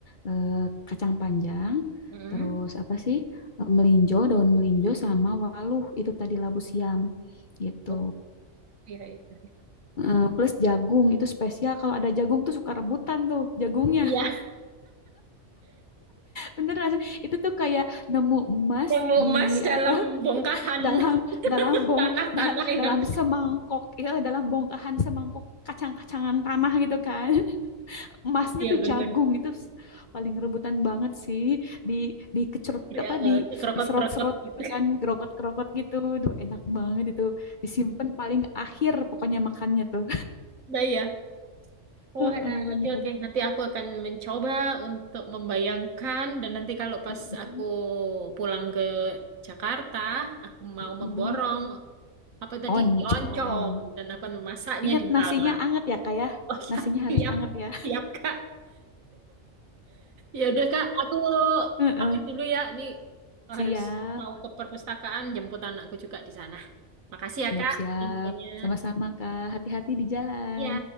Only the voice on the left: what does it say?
eh, kacang panjang,
terus apa sih? Eh, Melinjo, daun melinjo sama waluh itu tadi labu siam gitu.
Eh, plus jagung itu spesial kalau ada jagung tuh suka rebutan tuh jagungnya
Beneran, itu tuh kayak nemu emas
di
apa <laughs>
dalam
dalam bong
da- dalam
semangkok ya dalam bongkahan semangkok kacang-kacangan tanah gitu kan. Emasnya
tuh
jagung itu paling rebutan banget sih di di kecerut
apa
di
diserot-serot
gitu kan, gerogot-gerogot gitu. Duh, enak banget itu. Disimpan paling akhir pokoknya makannya tuh.
<laughs> Heeh,
Bener.
Mm-mm,
mm-mm.
Oncom.
Ingat
nasinya
anget
ya, kayak
Nasinya
harus anget ya.
Heeh.
Siap,
siap,
siap.
Sama-sama, Kak. Hati-hati di jalan.